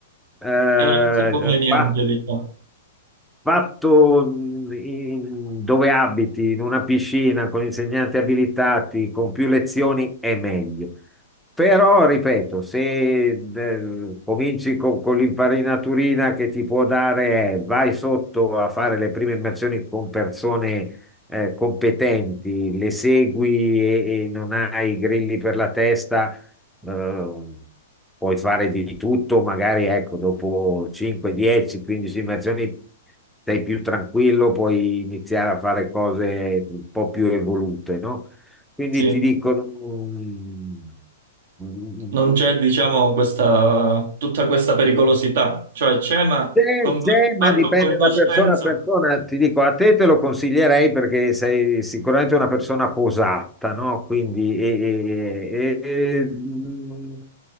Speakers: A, in the centre; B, on the right.
A: eh,
B: È una cosa conveniente,
A: Eh, fa
B: diciamo.
A: fatto mh, in- dove abiti, in una piscina con insegnanti abilitati, con più lezioni, è meglio. Però, ripeto, se eh, cominci con, con l'infarinaturina che ti può dare, è, vai sotto a fare le prime immersioni con persone eh, competenti, le segui e, e non hai grilli per la testa, eh, puoi fare di tutto, magari ecco, dopo 5, 10, 15 immersioni sei più tranquillo, puoi iniziare a fare cose un po' più evolute, no? Quindi
B: Sì.
A: ti dicono, mm, mm,
B: Non c'è, diciamo, questa, tutta questa pericolosità, cioè c'è, ma
A: c'è,
B: con,
A: c'è, ma
B: fatto
A: dipende
B: con coscienza.
A: da persona a persona. Ti dico, a te te lo consiglierei perché sei sicuramente una persona posata, no? Quindi e- e- e- e, mm,